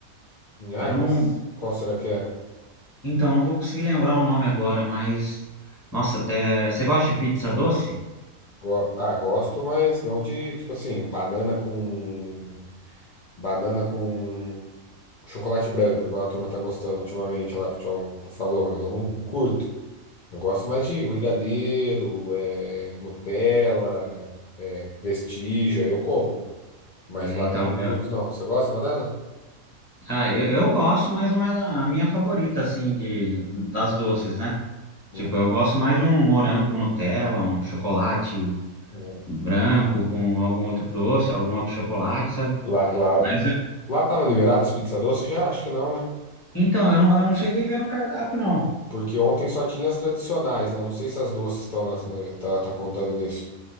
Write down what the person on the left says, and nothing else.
Em águas?
Qual será que é?
Go- ah, gosto, mas não de, tipo assim, banana com. Banana com chocolate branco, igual a turma tá gostando ultimamente lá que o Tchau falou. Eu não curto. Eu gosto mais de brigadeiro, é, Nutella, é, Prestígio, aí eu como. Mas
banana
eu não
curto, não. Você gosta de banana?
Hum.
Hum.
Lá, lá,
lá tava liberada as pizzas doces? Já? Acho que não, né?
Porque ontem só tinha as tradicionais, né? Eu não sei se as doces estão nessa- eh, tá, tá contando nisso.